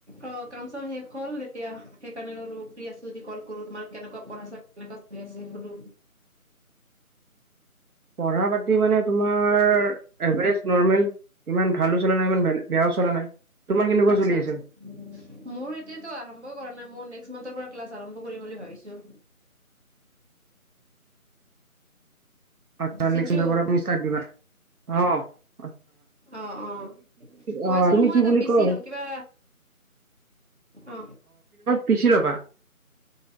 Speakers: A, on the right; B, on the right.
A: অঁ কাম চাম শেষ হল এতিয়া, সেইকাৰণে আৰু ফ্ৰী আছো, এতিয়া কল কৰো তোমাৰ কেনেকুৱা পঢ়া কেনেক চলি আছে সোধো।
B: পঢ়া পাতি মানে তোমাৰ এভাৰেজ নৰ্মেল ইমান ভালো চলা নাই ইমান বেয়াও চলা নাই। তোমাৰ কেনেকুৱা
A: আচ্ছা
B: চলি
A: আচ্ছা
B: আছে?
A: মোৰ এতিয়াতো আৰম্ভই কৰা নাই মোৰ নেক্সট মান্থৰ পৰা ক্লাছ আৰম্ভ কৰিম বুলি ভাবিছোঁ।
B: আচ্ছা
A: চিন্টু
B: নেক্ দবাৰুনিিবাৰ <unintelligible> অঁ।
A: অ অ কৈ
B: অ
A: আছিলো
B: তুমি
A: মই
B: কি
A: এটা
B: বুলি
A: পিচি
B: কয়
A: লম কিবা অ।
B: পিছি লবা?